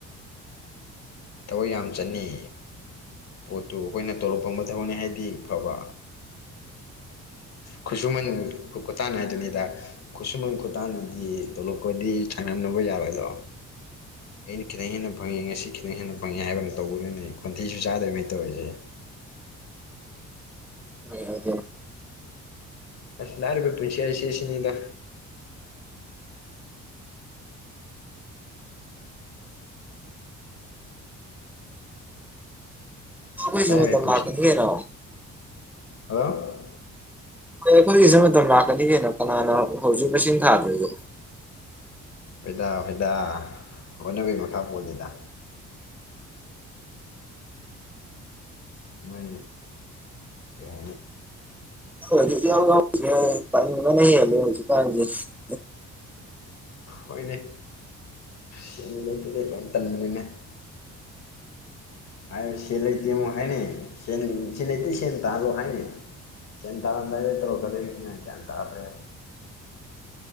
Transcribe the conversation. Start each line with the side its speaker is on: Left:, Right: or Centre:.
Left: ꯊꯕꯛ ꯌꯥꯝ ꯆꯠꯅꯤ ꯄꯣꯠꯇꯨ ꯑꯩꯈꯣꯏꯅ ꯇꯧꯔꯣ ꯐꯪꯕ ꯊꯕꯅꯤ ꯍꯥꯏꯗꯤ ꯐꯕ
Centre: <unintelligible>
Left: ꯈꯨꯠꯁꯨꯃꯟ ꯈꯨꯇꯥꯟ ꯍꯥꯏꯗꯨꯅꯤꯗ ꯈꯨꯠꯁꯨꯃꯟ ꯈꯨꯇꯥꯅꯗꯤ ꯇꯣꯂꯛꯄꯗꯤ ꯁꯥꯡꯅꯝꯅꯕ ꯌꯥꯔꯣꯏꯗꯣ ꯑꯩꯅ ꯈꯤꯇꯪ ꯍꯦꯟꯅ ꯐꯪꯉꯦ ꯉꯁꯤ ꯈꯤꯇꯪ ꯍꯦꯟꯅ ꯐꯪꯉꯦ ꯍꯥꯏꯕꯅ ꯇꯧꯕꯗꯨꯅꯤ ꯈꯣꯟꯊꯤꯁꯨ ꯆꯥꯗꯕꯅꯤ ꯇꯧꯔꯤꯁꯦ
Centre: ꯎ
Left: ꯂꯥꯛꯔꯤꯕ ꯄꯨꯟꯁꯤ ꯑꯁꯤ ꯑꯁꯤꯅꯤꯗ
Centre: ꯣꯏ ꯅ
Left: ꯂꯥꯏꯔꯕꯩ
Centre: ꯃꯥꯔꯇ
Left: ꯄꯨꯟꯁꯤ
Centre: ꯊꯒꯦꯅꯣ
Left: ꯍꯜꯂꯣ
Centre: ꯍꯣꯏ ꯑꯩꯈꯣꯏꯒꯤꯁꯦ ꯃꯇꯝ ꯂꯥꯛꯀꯅꯤ ꯀꯅꯣ ꯀꯅꯥꯅꯣ ꯍꯧꯖꯤꯛ ꯃꯁꯤꯡ ꯊꯥꯗ꯭ꯔꯤꯗꯣ
Left: ꯍꯣꯏꯗ ꯍꯣꯏꯗꯥ ꯍꯣꯠꯅꯕꯒꯤ ꯃꯈꯥ ꯄꯣꯜꯂꯤꯗ ꯃꯣꯏ ꯀꯦ
Centre: ꯍꯧꯖꯤ ꯍꯥꯏ ꯍꯧ ꯀꯦ
Left: ꯍꯣꯏꯅꯦ ꯆꯦꯡꯉ ꯂꯩꯇꯗꯩ ꯂꯣꯏ ꯇꯟꯕꯅꯤꯅꯦ ꯍꯥꯏ ꯁꯦꯜ ꯂꯩꯇꯦꯉꯣ ꯍꯥꯏꯅꯩ ꯁꯦꯟ ꯁꯦꯟ ꯂꯩꯇ ꯁꯦꯟ ꯇꯥꯜꯂꯣ ꯍꯥꯏꯅꯦꯩ ꯆꯟ ꯇꯥꯟꯝꯦ ꯇ꯭ꯔꯣꯒꯗꯅꯦꯇ ꯍꯥꯈ꯭ꯔꯦ